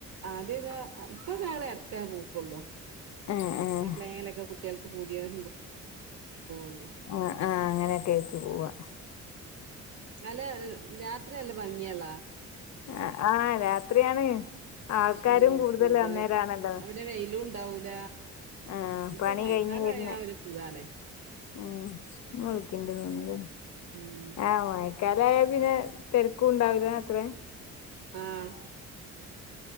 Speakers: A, on the right (about 65°); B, on the left (about 65°).
A: ആദ്യൊക്കെ ഇപ്പൊ ഞങ്ങള് എറക്ക പോക്കുള്ളൂ.
B: ആഹ് ആഹ്
A: ആ പ്ലേയലെക്കെ കുട്ടികൾക്ക് പുതിയ <unintelligible>
B: ആഹ് ആഹ് അങ്ങനെയെക്കെ എക്ക് പോവാ.
A: അല്ല രാത്രി അല്ല ഭംഗിയെളളാ
B: ആഹ് ആഹ് രാത്രിയാണ്. ആൾക്കാരും
A: ഉം കൂടുതല്.
B: അന്നേരാണല്ലോ
A: അ പിന്നെ വെയിലും ഉണ്ടാവൂല.
B: ആഹ്
A: എനിപ്പ
B: പണി
A: മയക്കാലായ
B: കഴിഞ്ഞ് വരുന്നെ
A: ഒര് സുഖം ആണ്.
B: ആഹ്, മുളക്കിന്റെ തൂണിലോ
A: ഉം
B: ആ മായേ. കലായ പിന്നെ തെരക്കും ഒണ്ടാവില്ല അത്രേം.
A: ആഹ്